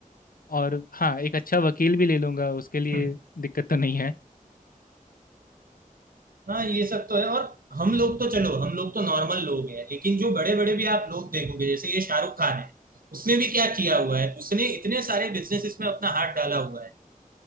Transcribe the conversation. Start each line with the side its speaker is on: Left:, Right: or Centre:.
Left: और हाँ एक अच्छा वकील भी ले लूंगा उसके लिए
Right: हम्म,
Left: दिक्कत तो नहीं है
Right: हाँ ये सब तो है और हम लोग तो चलो हम लोग तो नॉर्मल लोग हैं लेकिन जो बड़े बड़े भी आप लोग देखोगे जैसे ये शाहरुख खान है उसने भी क्या किया हुआ है उसने इतने सारे बिजनेस में अपना हाथ डाला हुआ है